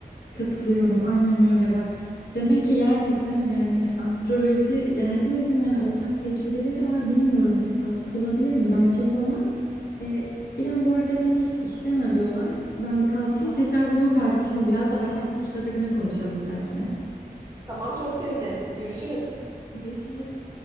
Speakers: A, on the left; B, on the right.
A: Katılıyorum aynen öyle bak. Demek ki gerçekten yani astroloji ya hepimizin hani ortak tecrübeleri var bilmiyorum tesadüf olabilir mi? Bence olamaz. Ee, İrem bu arada beni işten arıyorlar. Ben bir kalkayım
B: Ah,
A: tekrar bunu tartışalım. Biraz da Başak Burçları'na konuşalım bir dahakine.
B: Tamam çok sevinirim. Görüşürüz.
A: Görüşürüz.